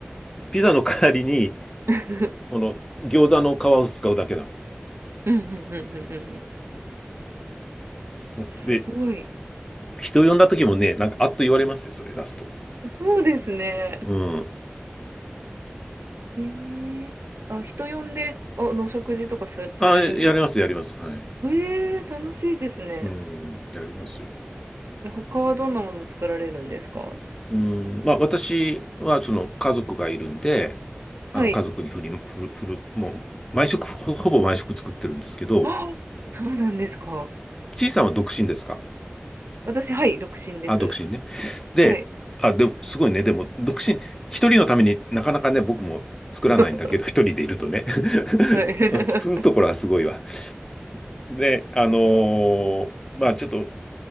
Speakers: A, on the left (about 15°); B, on the right (about 80°).
A: ピザの代わりに、
B: <laughs>
A: その、餃子の皮を使うだけだ
B: うんうんうんうんうんうん。
A: もん。
B: すごい。
A: で、人呼んだ時もね、なんか、あっと言われますよ、それ出すと。
B: そうですね。
A: うん。
B: えー、あ、人呼んで、あの、お食事とかさ、されるんです
A: あ、やります、やります。はい。
B: えー、楽しいですね。
A: うん、やりますよ。
B: え他はどんなもの作られるんですか
A: うん、まあ、私は、その、家族がいるんで、
B: はい。
A: あの、家族に振り、振る、振る、もう、毎食、ほ、ほぼ毎食作ってるんですけど、
B: あ、そうなんですか。
A: ちいさんは独身ですか
B: 私、はい、独身です。
A: あ、独身ね。で、
B: はい。
A: あ、でも、すごいね。でも、独身、一人のためになかなかね、僕も作らないんだけど、
B: <laughs>
A: 一人でいるとね。<laughs>
B: はい。<laughs>
A: するところはすごいわ。で、あのーまあちょっと